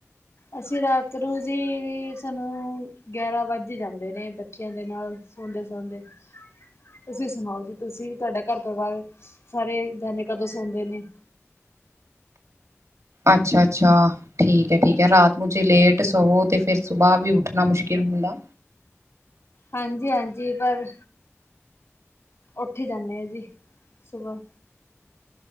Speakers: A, on the left; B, on the right.
A: ਅਸੀਂ ਰਾਤ ਨੂੰ ਜੀ ਸਾਨੂੰ ਗਿਆਰਾਂ ਵੱਜ ਈ ਜਾਂਦੇ ਨੇ ਬੱਚਿਆਂ ਦੇ ਨਾਲ ਸੋਂਦੇ-ਸੌਦੇ। ਤੁਸੀਂ ਸੁਣਾਓ ਜੀ ਤੁਸੀਂ ਤੁਹਾਡਾ ਘਰ ਪਰਿਵਾਰ ਸਾਰੇ ਜਣੇ ਕਦੋਂ ਸੌਂਦੇ ਨੇ?
B: ਅੱਛਾ-ਅੱਛਾ। ਠੀਕ ਐ, ਠੀਕ ਐ ਰਾਤ ਨੂੰ ਜੇ ਲੇਟ ਸੋਵੋ ਤੇ ਫਿਰ ਸੁਬਾਅ ਵੀ ਉੱਠਣਾ ਮੁਸ਼ਕਿਲ ਹੁੰਦਾ।
A: ਹਾਂਜੀ-ਹਾਂਜੀ ਪਰ, ਉਠ ਜਾਂਨੇ ਆ ਜੀ ਸੁਬਾ।